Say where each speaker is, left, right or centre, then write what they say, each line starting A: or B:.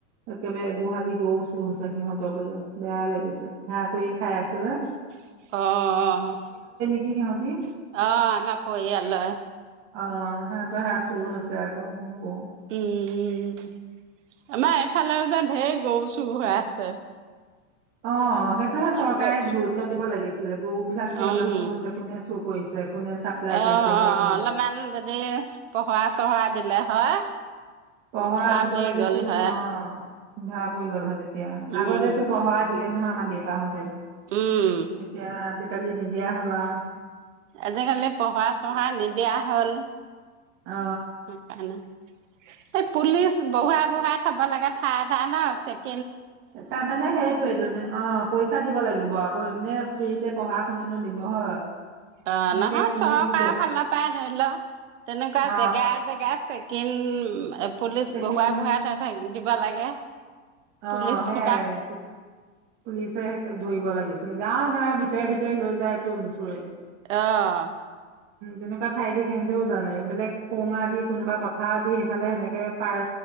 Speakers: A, on the right (about 35°); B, on the right (about 80°).
A: একেবাৰে গোহালি গৰুও চুৰ হৈছে সিহঁতৰ বোলে বেয়া লাগিছে সেয়া কৰিয়ে খাই আছিলে
B: অ অ অহ
A: সিঁহতি
B: অ আমাৰ পৰিয়ালয়ে
A: অ সে চুৰ হৈছে আকৌ গৰু
B: উম আমাৰ এইফালেও যে ঢেৰ গৰু চুৰ হৈ আছে
A: অ সেইটোহে
B: ক'ত
A: চৰকাৰে
B: গ
A: গুৰুত্ব দিব লাগিছিলে গৰু বিলাক
B: উম
A: কিয় ইমান চুৰ হৈছে কোনে চুৰ কৰিছে কোনে চাপ্লাই
B: অ
A: কৰিছে হোৱা
B: অ
A: দূৰত
B: অলপমান যদি পহৱা চহৱা দিলে হয়
A: পহৱা
B: ধৰা
A: দিব
B: পৰি
A: লাগিছিল
B: গ'ল হয়
A: অ ধৰা পৰি গ'ল হয় তেতিয়া আগতেটো
B: উম
A: পহৱা দিয়ে নহয় আমা তাহঁতে
B: উম
A: এতিয়া আজি কালি নিদিয়া হল আৱ
B: আজিকালি পহৱা চহৱা নিদিয়া হ'ল
A: অ
B: সেইকাৰণে এই পুলিচ বহোৱাই বহোৱাই থব লাগে ঠায়ে ঠায়ে ন চে
A: তাৰমানে সেইটোয়েইটো তোন অ পইচা দিব লাগিব প এনে ফ্ৰীতে বঢ়া কোনেনো দিব হয়
B: অ
A: এনেকে
B: নহয়
A: পুলিচ
B: চৰকাৰে
A: ব
B: ভাল নাপায় ধৰি ল তেনেকুৱা
A: অ
B: জেগা জেগায়ে চে কিন পুলিচ
A: চেকিং
B: বহোৱাই বহোৱাই থ থাক দিব লাগে
A: অ
B: পুলিচ
A: সেয়াই
B: সোপা
A: পুলিচে ধৰিব লাগিছিল গাঁৱে গাঁৱে ভিতৰে ভিতৰে লৈ যায় তোন চুৰে
B: অহ
A: তেনেকুৱা ঠাই দি সেঁহতেও জানে বেলেগ সোঙা দি কোনোবা পথাৰ দি সেইফালে সেনেকে পাৰ